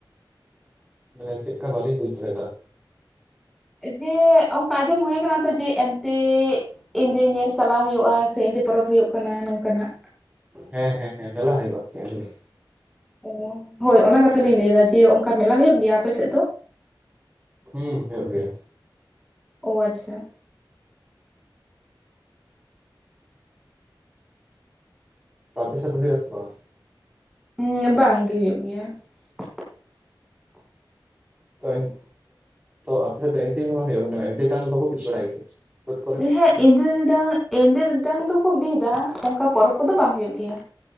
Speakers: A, on the right (about 20°); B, in the centre.
A: <inaudible> ᱢᱟᱱᱮ ᱪᱮᱫᱠᱟ ᱵᱟᱹᱞᱤᱧ ᱵᱩᱡᱽ ᱫᱟᱲᱮᱭᱟᱫᱟ ᱾
B: ᱡᱮ ᱚᱱᱠᱟ ᱟᱸᱡᱚᱢ ᱦᱚᱭ ᱟᱠᱟᱱᱟ ᱛᱚ ᱡᱮ ᱮᱸᱫᱮ ᱮᱸᱫᱮ ᱧᱮᱞ ᱪᱟᱞᱟᱣ ᱦᱩᱭᱩᱜᱼᱟ ᱥᱮ ᱮᱸᱫᱮ ᱯᱚᱨᱚᱵᱽ ᱦᱩᱭᱩᱜ ᱠᱟᱱᱟ ᱱᱚᱝᱠᱟᱱᱟᱜ᱾
A: ᱦᱮᱸ ᱦᱮᱸ ᱦᱮᱸ ᱢᱮᱞᱟ ᱦᱩᱭᱩᱜᱼᱟ ᱮᱸᱫᱮ ᱨᱮ ᱾
B: ᱚ ᱦᱳᱭ ᱚᱱᱟ ᱠᱟᱛᱷᱟ ᱞᱤᱧ ᱞᱟᱹᱭ ᱮᱫᱟ ᱡᱮ ᱚᱱᱠᱟ ᱢᱮᱞᱟ ᱦᱩᱭᱩᱜ ᱜᱮᱭᱟ ᱟᱯᱮᱥᱮᱫ ᱫᱚ?
A: ᱦᱩᱸ ᱦᱚᱭᱚᱜ ᱜᱮᱭᱟ᱾
B: ᱚ ᱟᱪᱪᱷᱟ᱾
A: ᱛᱚ ᱟᱯᱮ ᱥᱮᱫ ᱫᱚ ᱦᱩᱭᱩᱜᱼᱟ ᱥᱮ ᱵᱟᱝ?
B: ᱩᱸ ᱵᱟᱝ ᱜᱮ ᱦᱩᱭᱩᱜ ᱜᱮᱭᱟ᱾ <inaudible>
A: ᱛᱚ ᱮ ᱟᱯᱮ ᱥᱮᱫ ᱫᱚ ᱮᱸᱫᱮ ᱦᱚ ᱵᱟᱝ ᱦᱩᱭᱩᱜᱼᱟ ᱢᱟᱱᱮ ᱮᱸᱫᱮ ᱰᱟᱝ ᱫᱚ ᱵᱟᱠᱚ ᱵᱤᱫ ᱵᱟᱲᱟᱭ ᱜᱮᱭᱟ? ᱵᱟᱹᱫᱽ ᱠᱚᱨᱮ
B: ᱦᱮᱸ ᱮᱸᱫᱮ ᱰᱟᱝ ᱮᱸᱫᱮ ᱰᱟᱝ ᱫᱚᱠᱚ ᱵᱤᱫᱟ ᱚᱱᱠᱟ ᱯᱚᱨᱚᱵᱽ ᱠᱚᱫᱚ ᱵᱟᱝ ᱦᱩᱭᱩᱜ ᱜᱮᱭᱟ᱾